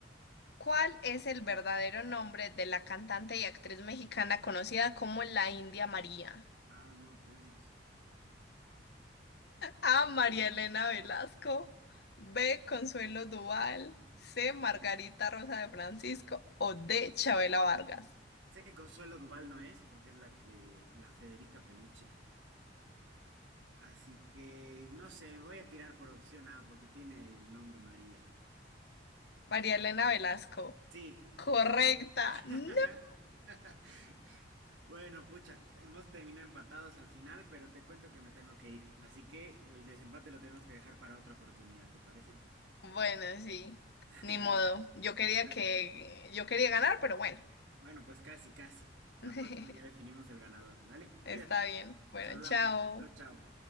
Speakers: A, on the left; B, on the right.
A: ¿cuál es el verdadero nombre de la cantante y actriz mexicana conocida como la India María?
B: Ah, no, pues.
A: A. María Elena Velasco. B. Consuelo Duval. C. Margarita Rosa de Francisco. O D. Chabela Vargas.
B: Sé que Consuelo Duval no es, porque es la que, la Federica Peluche. Así que, no sé, voy a tirar por opción A, porque tiene el nombre María.
A: María Elena Velasco.
B: Sí,
A: Correcta.
B: Ah,
A: ¡No!
B: <laughs> Bueno, pucha, hemos terminado empatados al final, pero te cuento que me tengo que ir. Así que el desempate lo tenemos que dejar para otra oportunidad, ¿te parece?
A: Bueno, sí,
B: <laughs>
A: ni
B: Dale,
A: modo.
B: pues, un
A: Yo quería
B: placer.
A: que, yo quería ganar, pero bueno,
B: Bueno, pues casi, casi. La
A: <laughs>
B: próxima ya definimos el ganador. Dale, cuídate.
A: está bien. Bueno,
B: Nos hablamos.
A: chao.
B: Chao, chao.